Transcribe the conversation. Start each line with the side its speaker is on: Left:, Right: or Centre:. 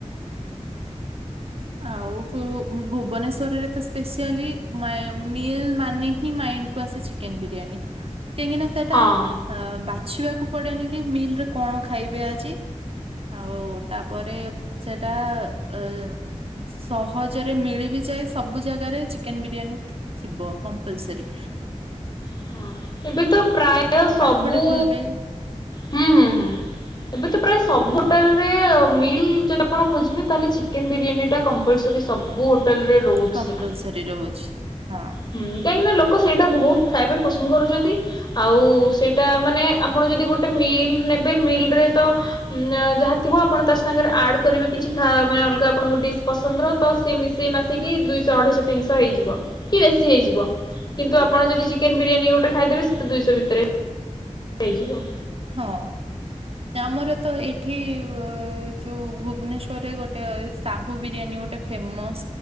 Right: ଆଉ ଭୁ ଭୁବନେଶ୍ଵରରେ ତ ସ୍ପେସିଆଲି ମେ ମିଲ ମାନେ ହିଁ ମାଇଣ୍ଡ କୁ ଆସେ ଚିକ ଚିକେନ ବିରିୟାନୀ କାହିଁକି ନା ସେଟା
Left: ହଁ।
Right: ଅ ବାଛିବାକୁ ପଡେନି କି ମିଲରେ କଣ ଖାଇବେ ଆଜି? ଆଉ ତାପରେ ସେଟା ଅ ସହଜରେ ମିଳିବି ଯାଏ ସବୁ ଜାଗାରେ ଚିକେନ ବିରିୟାନୀ। ଥିବ କମ୍ପଲସରି।
Left: ହଁ ଏବେ ତ ପ୍ରାୟ ସବୁ
Right: ଆଫୋର୍ଡେବଲ ବି
Left: ହୁଁ ହୁଁ ହୁଁ ଏବେ ତ ପ୍ରାୟ ସବୁ
Right: ହଁ
Left: ଟା ସେ ମିଲ ଟା ଯଦି ଆପଣ ଖୋଜିବେ ତାହେଲେ ଚିକେନ ବିରିୟାନୀ ଟା କମ୍ପଲସରି ସବୁ ହୋଟେଲରେ ରହୁଛି
Right: କମ୍ପଲସରି
Left: ସେଟା
Right: ରହୁଛି ହଁ।
Left: ହୁଁ। କାହିଁକି ନା ଲୋକ ସେଇଟା ବହୁତ ଖାଇବା ପସନ୍ଦ କରୁଛନ୍ତି। ଆଉ ସେଇଟା ମାନେ ଆପଣ ଯଦି ଗୋଟେ ମିଲ୍ ନେବେ ମିଲରେ ତ ନା ଯାହା ଥିବ ଆପଣ ତା ସାଙ୍ଗରେ ଆଡ କରିବେ। କିଛି ଖାଇବା ପାଇଁ ଅଲଗା ଆପଣଙ୍କ ଡିସ୍। ପସନ୍ଦର ତ ସେ ମିଶେଇ ମାଶିକି ଦୁଇଶହ ଅଢେଇଶହ ତିନିଶହ ହେଇଯିବ। କି ବେଶୀ ହେଇଯିବ। କିନ୍ତୁ ଆପଣ ଯଦି ଚିକେନ ବିରିୟାନୀ ଗୋଟେ ଖାଇଦେବେ ସେତ ଦୁଇଶହ ଭିତରେ ହେଇଯିବ।
Right: ହଁ। ଆମର ତ ଏଇଠି ଅ ଯୋଉ ଭୁବନେଶ୍ଵରରେ ଗୋଟେ ସାହୁ ବିରିୟାନୀ ଗୋଟେ ଫେମସ